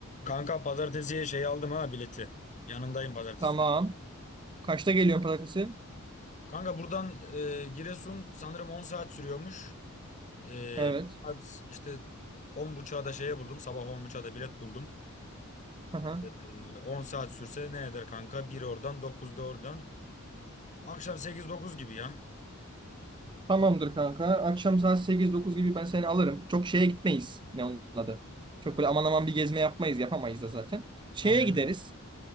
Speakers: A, on the left (about 35°); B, on the right (about 20°).
A: Kanka pazartesiye şey aldım ha bileti. Yanındayım pazartesi
B: Tamam.
A: gün.
B: Kaçta geliyorsun pazartesi?
A: Kanka buradan e, Giresun sanırım 10 saat sürüyormuş. E,
B: Evet.
A: saat işte 10.30'a da şeye buldum. Sabah 10.30'a da bilet buldum.
B: Aha.
A: E, 10 saat sürse ne eder kanka? bir oradan 9'da oradan. Akşam sekiz dokuz gibi ya.
B: Tamamdır kanka. Akşam saat sekiz dokuz gibi ben seni alırım. Çok şeye gitmeyiz. Ne onun adı? Çok böyle aman aman bir gezme yapmayız. Yapamayız da zaten. Şeye
A: Aynen.
B: gideriz.
A: aynen.